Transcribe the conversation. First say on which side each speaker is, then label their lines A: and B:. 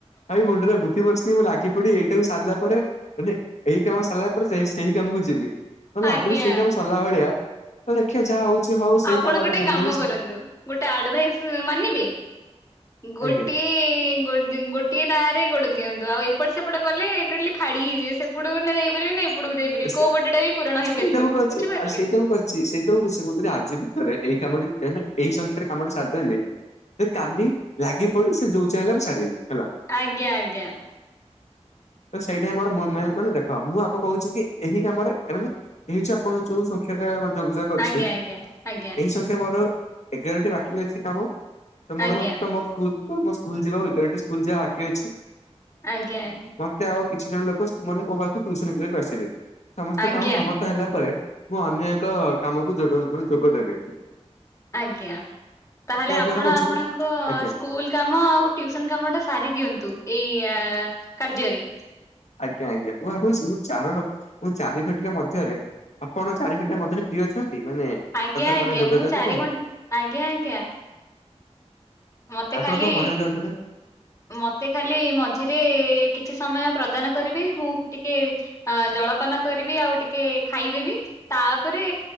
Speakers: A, on the left; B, on the left.
A: ଭାଇ ମୁଣ୍ଡରେ ବୁଦ୍ଧି ପଶୁନି, ମୁଁ ଲାଗି ପଡି ଏଇଟାକୁ ସାରିଲା ପରେ ବୋଧେ ଏଇ କାମ ସରିଲା ପରେ ସେ, ସେଇ କାମକୁ ଯିବି ।ମତେ
B: ଆଜ୍ଞା
A: ଲାଗୁନି, ସେଇ କାମ ସରିଲା ଭଳିଆ। ତ ଦେଖିବା ଯାହା ହଉ ସେଇ
B: ଆପଣ
A: କାମଟା
B: ଗୋଟେ
A: ଯେମିତି
B: କାମ
A: ହେଲେ
B: କରନ୍ତୁ ।ଗୋଟେ ଆଡଭାଇସ୍ ମାନିବେ? ଗୋଟିିଏ
A: ଆଜ୍ଞା।
B: ଗୋଟେ ଦିନ, ଗୋଟିିଏ ନାରେ ଗୋ ଦିଅ ଦିଅନ୍ତୁ ଆଉ ଏପଟ, ସେପଟ କଲେ ଟୋଟାଲି ଫାଡ଼ି ହେଇଯିବେ। ସେପଟକୁ ନା ଯାଇପାରିବେ ନା ଏପଟକୁ ଯାଇପାରିବେ
A: ଆ
B: କୋଉ ପଟଟା ବି ପୂରଣ ହେଇପାରିବନି
A: ସେଇଟା ମୁଁ କହୁଛି।
B: ବୁଝିପାରିଲେ
A: ଆ ସେଇଟା ମୁଁ କହୁଛି ।ସେଇତ ମୁଁ କହିଛି ମୁଁ ଆଜି ବି ଥରେ ଏଇ କାମ ଟି ହେନେ ।ଏଇ ସଂଖ୍ୟାରେ କାମଟି ସାରିଦେଲେ ।କାଲି ଲାଗି ପଡି ସେ ଯଉ ଚାହିଁଲେ, ମୁ ସାରିଦେବି। ହେଲା।
B: ଆଜ୍ଞା, ଆଜ୍ଞା।
A: ତ ସେଇଟା ଆମର ମୁଁହେ, ମୁଁହେ ମାନେ ଦେଖ, ମୁଁ ଆଗ କହୁଛି କି, ଏହି କାମରେ ମାନେ ଏଇ ଯଉ ଆପଣ ଯୋଉ ସ କେତେବେଳେ, ଯୋଗାଯୋଗ କରୁଛି।
B: ଆଜ୍ଞା
A: ଏହି
B: ଆଜ୍ଞା ଆଜ୍ଞା
A: ସଂଖ୍ୟା ମୋର ଏଗାରଟି ବାକି ଅଛି କାମ ।ତ ମୋର
B: ଆଜ୍ଞା
A: ମୋ ସ୍କୁଲ ତୁ ମୋ ସ୍କୁଲ ଯିବା ଭିତରେ, ଏଠି ସ୍କୁଲ ଯିବା ବାକି ଅଛି।
B: ଆଜ୍ଞା, ଆଜ୍ଞା।
A: ମୋତେ ଆଉ କିଛି ଜଣ ଲୋକ, ମାନେ ମୋ ପାଖକୁ ଟ୍ୟସନକୁ ଆସିବେ। ସମସ୍ତ
B: ଆଜ୍ଞା
A: କାମ
B: ଆଜ୍ଞା
A: ସମାପ୍ତ ହେଲା ପରେ ମୁଁ ଅନ୍ୟ ଏକ କାମକୁ, ଯୋଗ ଦେବାରେ, ଯୋଗ ଦେବେ
B: ଆଜ୍ଞା। ତାହେଲେ
A: ଏବେ
B: ଆପଣ,
A: ଭାବୁଛି
B: ଆପଣଙ୍କ
A: ମୁଁ ଆଜ୍ଞା
B: ସ୍କୁଲ କାମ, ଆଉ ଟିଉସନ କାମ, ଟା ସାରି ଦିଅନ୍ତୁ । ଏୟା, କାର୍ଯ୍ୟରେ।
A: ଆଜ୍ଞା, ଆଜ୍ଞା । ମୁଁ ଭାବୁଛି, ମୁଁ ଚାର, ମୁଁ ଚାରି ଘଟିକ ମଧ୍ୟରେ ଆପଣ ଚାରି କଟା, ମଧ୍ୟରେ ଫ୍ରି ଅଛନ୍ତି? ନ୍ତି, ମାନେ
B: ଆଜ୍ଞା
A: କଥା
B: ଆଜ୍ଞା
A: ମାନେ ଯୋଗାଯୋଗ
B: ମୁଁ ଚାରି
A: ପାଇଁ।
B: ଘଣ୍ଟା ଆଜ୍ଞା ଆଜ୍ଞା ମତେ
A: ଆପଣ
B: ଖାଲି,
A: କଣ କହିବାକୁ ଯାଉଥିଲେ?
B: ମତେ ଖାଲି, ମଝିରେ କିଛି ସମୟ ପ୍ରଦାନ କରିଵେ ମୁଁ ଟିକେ ଅ ଜଳପାନ କରିବି ଆଉ ଟିକେ ଖାଇଦେବି, ତାପରେ